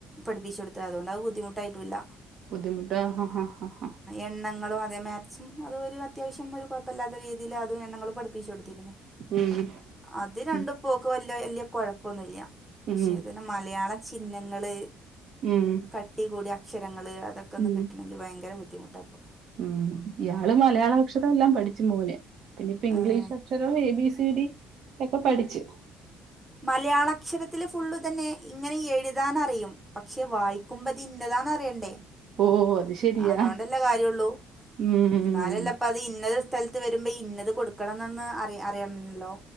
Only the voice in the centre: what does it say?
പഠിപ്പിച്ചച്ച് കൊടുത്തത് അതുകൊണ്ട അത് ബുദ്ധിമുട്ടായിട്ടുല്ല
എണ്ണങ്ങളും അതെ മാക്സും അതൊ ഒരു അത്യാവശ്യം ഒരു കുഴപ്പമല്ലാത്ത രീതിൽ അതും എണ്ണങ്ങളും പഠിപ്പിച്ച് കൊടുത്തിരുന്നു
അത് രണ്ടും
ഇപ്പൊ ഓള് ക്ക് വിയ വലിയ കൊഴപ്പൊന്നുമല്ല പക്ഷേ
ഇതിന മലയാളം ചിഹ്നങ്ങള്
കട്ടി കൂടി അക്ഷരങ്ങള് അതൊക്കെ ഒന്ന്
കിട്ടണമെങ്കി ഭയങ്കര ബുദ്ധിമുട്ട ഇപ്പൊ
ഏഹ്
മലയാളക്ഷര ത്തിൽ ഫുള്ള് തന്നെ ഇങ്ങനെ എഴുതാൻ അറിയും പക്ഷെ വായിക്കുമ്പോ ഇ ത് ഇന്നതാ അറിയണ്ടേ
അതോണ്ടല്ലേ കാര്യമുള്ളൂ
എന്നാലല്ലേ ഇപ്പം അത് ഇന്നത് സ്ഥലത്ത് വരുമ്പോ ഇന്നത് കൊടുക്കണന്ന് അറ അറിയണല്ലോ